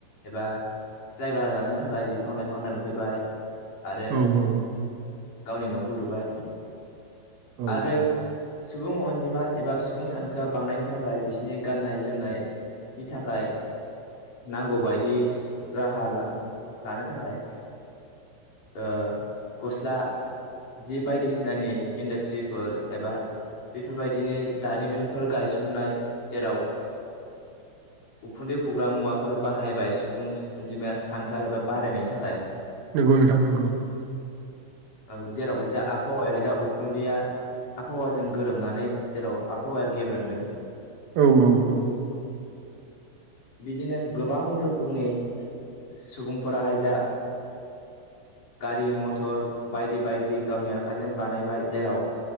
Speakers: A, on the left; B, on the right.
A: एबा जायगा लानो थाखाय बिफां लाइफां दानफायबाय। आरो
B: औ औ औ।
A: गावनि न'खौ लुबाय।
B: औ
A: आरो
B: औ
A: सुबुं अनजिमा एबा सुबुं सानखोआ बांनायनि थाखाय बिसनि गाननाय जोमनाय नि थाखाय नांगौ बायदि राहा ला-लानो थाखाय ओ गस्ला जि बायदिसिनानि इन्डास्ट्रिफोर एबा बेफोरबायदिनो दारिमिनफोर गायसननाय जेराव उखुन्दै खुग्रा मुवाफोर बाहायबाय सुबुं अनजिमाया सानखो एबा बारायनायनि थाखाय
B: नोंगौ नोथां नोंगौ
A: औ जेरावहाय जा आफावाया उखुन्दैया आफावाजों गोरोबनानै जेराव आफावा गेब्रोंदों
B: औ औ औ
A: बिदिनो गोबां रोखोमनि सुबुंफोराहाय जा गारि मथर बायदि बायदि गावनि आखाइजों बानायबाय जेराव